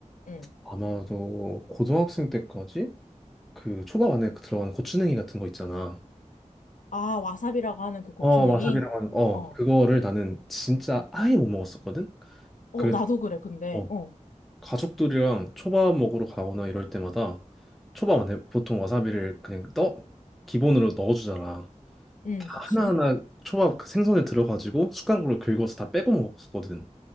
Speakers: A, on the left; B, in the centre.
A: 응.
B: 아마도 고등학생 때까지 그 초밥 안에 그 들어가는 고추냉이 같은 거 있잖아.
A: 아, 와사비라고 하는 그 고추냉이?
B: 어 와사비라고 하는 어
A: 어.
B: 그거를 나는 진짜 아예 못 먹었었거든.
A: 어,
B: 그래서
A: 나도 그래, 근데.
B: 어
A: 어.
B: 가족들이랑 초밥 먹으러 가거나 이럴 때마다 초밥 안에 보통 와사비를 그냥 떠 기본으로 넣어주잖아.
A: 응,
B: 다
A: 그치.
B: 하나하나 초밥 그 생선에 들어가지고 숟가락으로 긁어서 다 빼고 먹었거든.